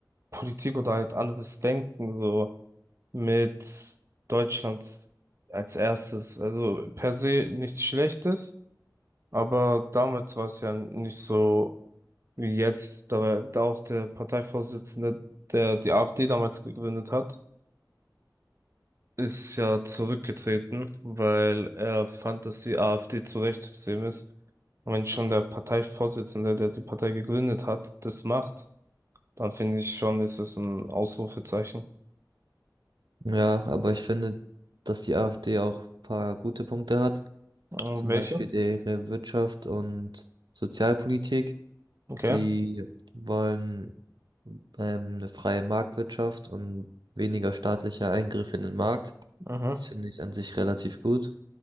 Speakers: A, on the right (about 40°); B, on the right (about 80°).
A: Politik oder halt anderes Denken, so mit Deutschland als erstes. Also per se nichts Schlechtes, aber damals war es ja nicht so wie jetzt. Da war da auch der Parteivorsitzende, der die AfD damals gegründet hat. ist ja zurückgetreten, weil er fand, dass die AfD zu rechtsextrem ist. Und wenn schon der Parteivorsitzende, der die Partei gegründet hat, das macht, dann finde ich schon, ist es ein Ausrufezeichen.
B: Ja, aber ich finde, dass die AfD auch ein paar gute Punkte hat.
A: Und
B: Zum
A: welche?
B: Beispiel ihre Wirtschaft und Sozialpolitik.
A: Okay.
B: Die wollen ähm, eine freie Marktwirtschaft und weniger staatlicher Eingriff in den Markt.
A: Mhm.
B: Das finde ich an sich relativ gut.